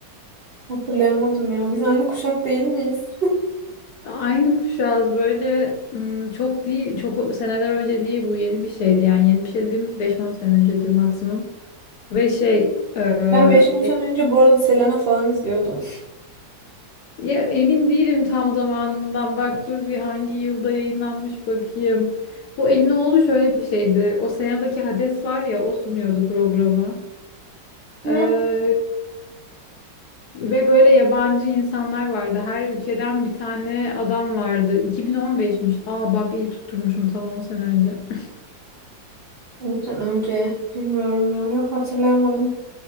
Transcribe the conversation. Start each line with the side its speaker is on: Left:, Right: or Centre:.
Right: <laughs> Hatırlayamadım ya. Biz aynı kuşak değil miyiz?
Left: Aynı kuşağız böyle hmm, çok değil çok seneler önce değil bu yeni bir şeydi yani yeni bir şey dediğim beş on sene öncedir maksimum. Ve şey e,
Right: Ben beş 10 sene önce bu arada Selena falan izliyordum.
Left: Ya emin değilim tam zamanından. Bak dur bir hangi yılda yayınlanmış bakayım. Bu Elinoğlu şöyle bir şeydi. O Ocean'daki Hades var ya o sunuyordu programı.
Right: Hı.
Left: Ee, ve böyle yabancı insanlar vardı. Her ülkeden bir tane adam vardı. 2015'miş. Aa bak iyi tutturmuşum tam 10 sene önce. <clears throat>
Right: 10 sene önce bilmiyorum ya. Yok hatırlayamadım.